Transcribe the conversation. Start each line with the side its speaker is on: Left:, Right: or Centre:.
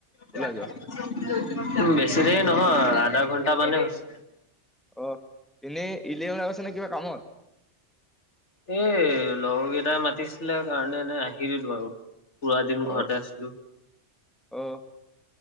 Centre: ওলাই
Left: বেছি
Centre: যোৱা
Left: দেৰি নহয় আধা ঘন্টা মানে য <unintelligible>
Centre: অ', এনেই <unintelligible> নে কিবা কামত।
Left: এই লগৰকেইটাই মাতিছিলে কাৰণে এনে আহি দিলো আৰু পুৰা দিন
Centre: অ
Left: ঘৰতে আছিলো।
Centre: অ',